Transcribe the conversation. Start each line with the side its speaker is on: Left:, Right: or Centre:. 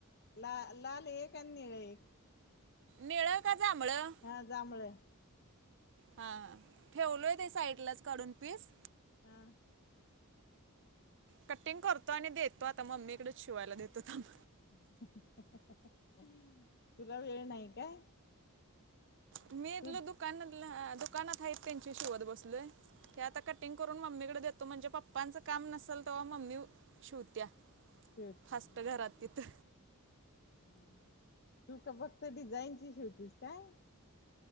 Left: ला... लाल एक... आणि निळे एक
Right: निळं का जांभळं?
Left: हां... जांभळं.
Right: हा हा... ठेवलोय ते साईडलाच काढून पीस
Left: हा
Right: कटिंग करतो... आणि देतो. आता मम्मीकडेच शिवायला देतो थांब
Left: हं.. हं... तुला वेळ नाई काय?
Right: मी इथलं
Left: तू
Right: दुकानातलं... दुकानात हायेत, त्यांचे शिवत बसलोय हे आता कटिंग करून, मम्मीकडे देतो म्हणजे... पप्पांचं काम नसल तव्हा मम्मी शिवतीया...
Left: शिवते
Right: फास्ट
Left: हा
Right: घरात
Left: हा
Right: तिथं
Left: हा तू का फक्त डिझाईनची शिवतीस काय?